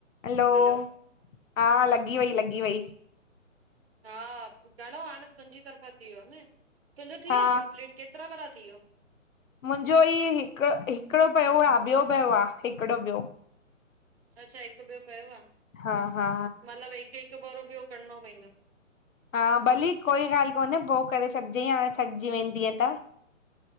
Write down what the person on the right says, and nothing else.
हलो,
हां चलो हाणे तुहिंजी तरफ़ा थी वयो न। तुहिंजो थी
वयो कंप्लिट केतरा भेरा थी वियो।
अच्छा हिक्क ॿयो पयो आ।
मतिलब हिक हिक भेरो ॿयो करणो पऐंदो।